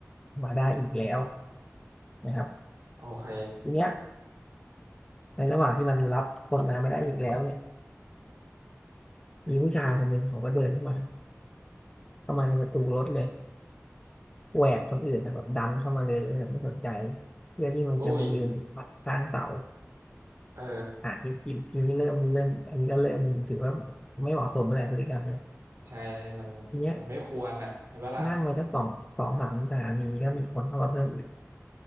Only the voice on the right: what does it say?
โอเค
อุ้ยเออ
ใช่ใช่มันมันไม่ควรอ่ะเห็นปะล่ะ